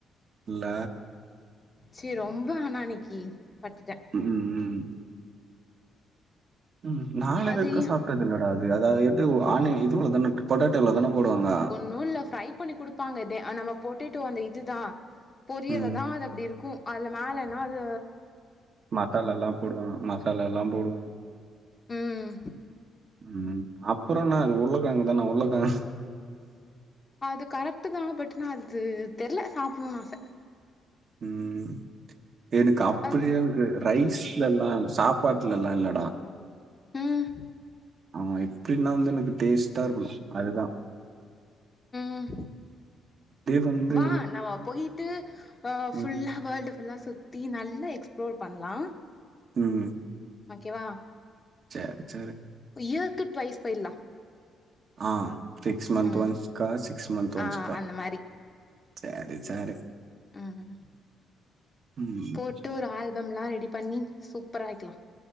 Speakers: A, on the right; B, on the left.
A: இல்ல
B: சரி ரொம்ப அனான்னைக்கு பட்டுட்டே
A: ம் ம் ம் நாளைதக்க
B: அது ஏ
A: சாப்ட்டதுல்லடா அது அதாவது எது ஆ இதுவளவுதான பொண்டாட்டிய <unintelligible> தான போடுவாங்க
B: ஒன்னு இல்ல ஃப்ரை பண்ணி குடுப்பாங்க இதே ஆனா நம்ம பொட்டேட்டோ அந்த இதுதா பொரியல
A: ம்
B: தா அது அப்டி இருக்கு அதுல மேலன்னாது
A: மத்தால் எல்லா போடுவாங்க மசாலா எல்லாம் போடுவோ
B: ம்
A: ம் அப்புறம்ன அது உருளகெழங்கு தானா உருளகெழங்
B: அது கரெக்ட்டு தா பட்டு் நா அது தெர்ல சாப்டணும்ன்னு ஆச
A: ம் எனக்கு அப்டியா
B: அது
A: எனக்கு ரைஸ்ல எல்லா சாப்பாட்டுல எல்லா இல்லடா
B: ம்
A: ஆ எப்டின்னா வந்து எனக்கு டேஸ்ட்டா இருக்கணு அதுதா
B: ம்
A: அப்டியே வந்து
B: வா நம்ம போயிட்டு ஆ
A: ம்
B: புல்லா வேர்ல்டு புல்லா சுத் தி நல்லா எக்ஸ்ப்ளோர் பண்ணலா
A: ம்
B: ஓகேவா
A: சரி சரி
B: இயக்கு ட்வைஸ் போய்ல்லா.
A: ஆ சிக்ஸ் மந்த்
B: ம்
A: ஒன்ஸ்க்கா சிக்ஸ் மந்த் ஒன்ஸ்க்கா.
B: ஆ அந்த மாரி
A: சேரி சேரி.
B: ம்.
A: ம்
B: போட்டு ஒரு ஆல்பம்லா ரெடி பண்ணி சூப்பரா வெக்லா.